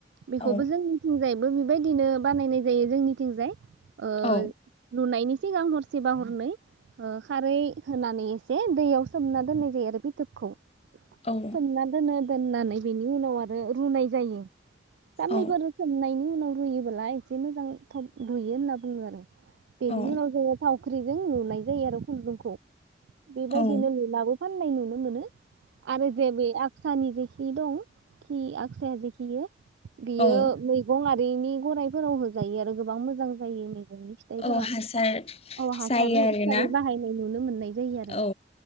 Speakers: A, on the right; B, on the left.
A: बेखौबो
B: औ
A: जोंनिथिंजाय बो बेबायदिनो बानायनाय जायो जोंनिथिंजाय ओ
B: औ
A: लुनायनि सिगां हरसेबा हरनै ओ खारै होनानै एसे दैयाव सोमना दोननाय जायो आरो फिथोबखौ <unintelligible>
B: औ
A: दोननानै बेनि उनाव आरो रुनाय जायो। साननैफोर
B: औ
A: सोमनाय नि उनाव रुयोबोला एसे मोजां थफ रुयो होनना बुङो आरो। बेनि
B: औ
A: उनाव जोङो ख्रिजों लुनाय जायो आरो खुन्दुंखौ बेबायदिनो
B: औ
A: लुनाबो फाननाय नुनो मोनो। आरो जेबो सानि जेखि दं खि आक्साया जेखियो बियो
B: औ औ
A: मैगं बेनि गराइफोराव होजायो आरो गोबां मोजां। जायो। दौनि फिथाइफोरा
B: औ हासार
A: औ
B: जायो
A: हासार हिसाबै
B: आरोना
A: बाहायनाय नुनो मोननाय जायो आरो।
B: औ